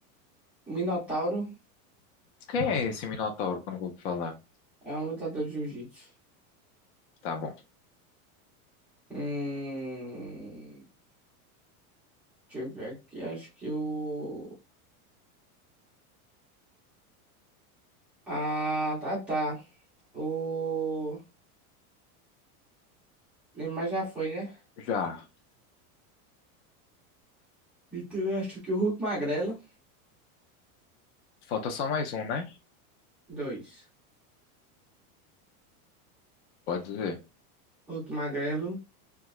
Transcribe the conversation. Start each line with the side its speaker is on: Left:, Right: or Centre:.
Centre: o Minotauro
Left: Quem é esse Minotauro quando eu vou falar?
Centre: é um lutador de jiu-jitsu.
Left: Tá bom.
Centre: Hum, deixa eu ver aqui, acho que o... Ah, tá, tá. O Neymar já foi, né?
Left: Já.
Centre: Então eu acho que o Hulk Magrelo,
Left: Falta só mais um, né?
Centre: dois.
Left: Pode dizer.
Centre: Hulk Magrelo,